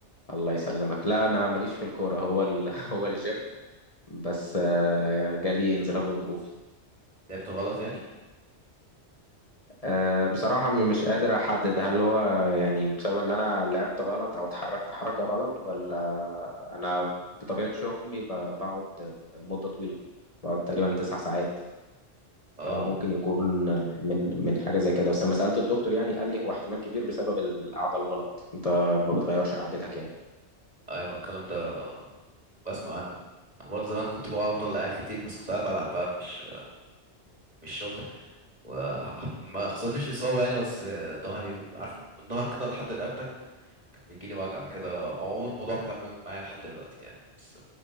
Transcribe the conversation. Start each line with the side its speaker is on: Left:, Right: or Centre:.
Left: الله يسلمك لا انا ماليش في الكوره هو ال... <laughs> هو الجيم بس آه جالي انزلاق غضروفي
Right: لعبت غلط يعني
Left: أه بصراحة م- مش قادر أحدد هل هو يعني بسبب إن أنا لعبت غلط أو اتحركت حركة غلط ولا أنا بطبيعة شغلي ب- بقعد مدة طويلة بقعد تقريبا تسع ساعات
Right: اه
Left: فممكن يكون من من حاجة زي كده بس لما سألت الدكتور يعني قال لي هو احتمال كبير بسبب القعدة الغلط أنت ما بتغيرش قعدتك يعني
Right: ايوه الكلام ده بسمع عنه أنا برضه زمان كنت بقعد افضل قاعد كتير بس كنت قاعد بلعب بقى مش مش شغل وما حصلتليش اصابه يعني بس ظهري وعارف من ظهر كده لحد رقبتك كان بيجي لي وجع كده عموما الموضوع مكمل معايا لحد دلوقتي يعني بس